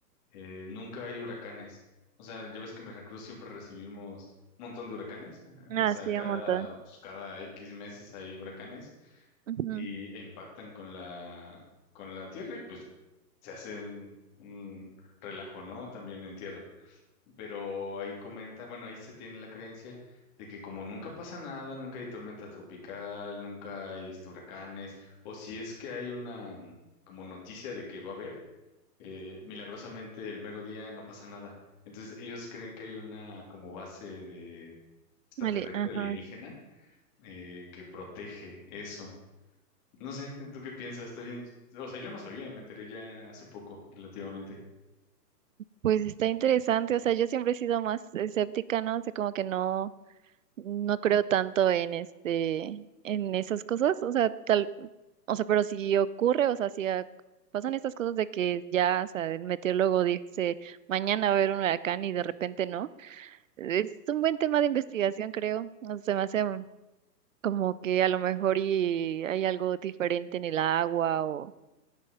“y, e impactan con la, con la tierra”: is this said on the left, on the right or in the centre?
Left